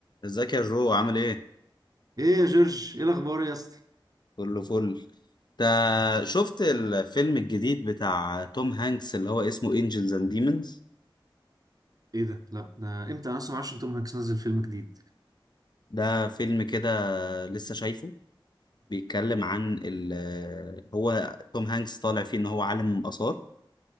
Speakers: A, on the left (about 55°); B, on the right (about 45°).
A: ازيك يا جو عامل ايه؟
B: ايه يا جورج ايه الاخبار يا اسطى
A: كله فل انت شفت الفيلم الجديد بتاع توم هانكس اللي هو اسمه انجلز اند ديمونز
B: ايه ده لا ده امتى انا اصلا معرفش ان توم هانكس نزل فيلم جديد
A: ده فيلم كده لسه شايفه بيتكلم عن ال هو توم هانكس طالع فيه ان هو عالم آثار